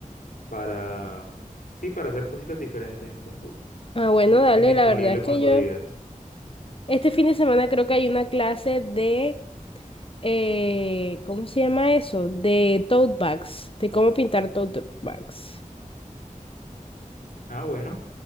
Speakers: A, on the left; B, on the left.
A: para, sí, para hacer cositas diferentes, entonces,
B: Ah, bueno,
A: yo
B: dale,
A: estoy disponible
B: la verdad es
A: cuando
B: que yo,
A: digas.
B: este fin de semana creo que hay una clase de eh, ¿cómo se llama eso? De tote bags, de cómo pintar tote bags.
A: Ah, bueno.